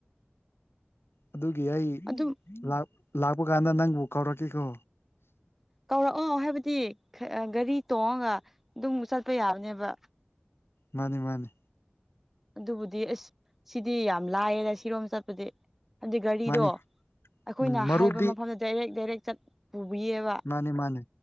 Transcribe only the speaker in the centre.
ꯑꯗꯨꯝ
ꯀꯧꯔꯛꯑꯣ ꯍꯥꯏꯕꯗꯤ ꯒꯑꯦ ꯒꯥꯔꯤ ꯇꯣꯡꯉꯒ ꯑꯗꯨꯝ ꯆꯠꯄ ꯌꯥꯕꯅꯦꯕ
ꯑꯗꯨꯕꯨꯗꯤ ꯐꯁ ꯁꯤꯗꯤ ꯌꯥꯝ ꯂꯥꯏꯌꯦꯗ ꯁꯤꯔꯣꯝ ꯆꯠꯄꯗꯤ ꯑꯗꯨꯗꯤ ꯒꯥꯔꯤꯗꯣ
ꯑꯩꯈꯣꯏꯅ
ꯍꯥꯏꯕ ꯃꯐꯝꯗ ꯗꯥꯏꯔꯦꯛ ꯗꯥꯏꯔꯦꯛ ꯆꯠ ꯄꯨꯕꯤꯌꯦꯕ